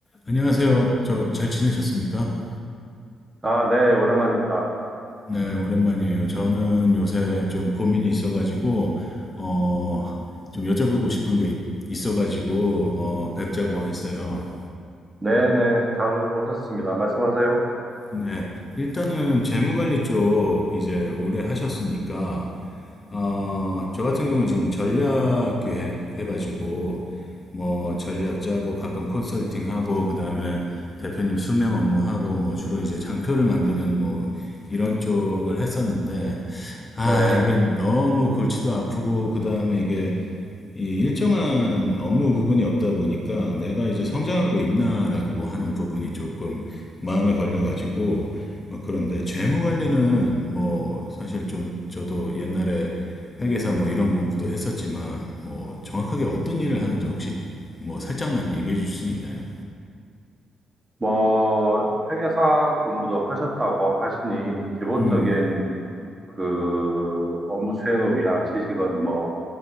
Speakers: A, on the left; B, on the right.
A: 안녕하세요. 저 잘 지내셨습니까?
B: 아, 네, 오랜만입니다.
A: 네, 오랜만이에요. 저는 요새 좀 고민이 있어가지고, 어, 좀 여쭤보고 싶은 게 있- 있어가지고, 어, 뵙자고 했어요.
B: 네네, 잘 오셨습니다. 말씀하세요.
A: 네, 일단은 재무관리 쪽 이제 오래 하셨으니까, 어, 저 같은 경우는 지금 전략 기획 해가지고, 뭐, 전략 짜고, 가끔 컨설팅하고, 그 다음에 대표님 수명 업무하고, 뭐, 주로 이제 장표를 만드는 뭐, 이런 쪽을 했었는데, 아,
B: 네,
A: 이게 너무 골치도 아프고, 그 다음에 이게 이 일정한 업무 부분이 없다 보니까 내가 이제 성장하고 있나라고 하는 부분이 조금 마음에 걸려가지고 어, 그런데 재무 관리는 뭐 사실 좀 저도 옛날에 회계사 뭐 이런 공부도 했었지만 뭐 정확하게 어떤 일을 하는지 혹시 뭐 살짝만 얘기해 줄 수 있나요?
B: 뭐, 회계사 공부도 하셨다고 하시니, 기본적인
A: 음,
B: 그 업무 수행을 위한 지식은 뭐,